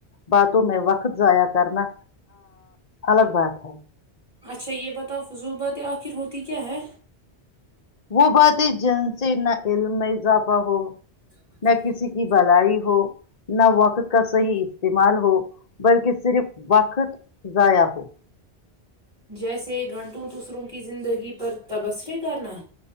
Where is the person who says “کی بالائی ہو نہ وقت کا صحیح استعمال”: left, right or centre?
Left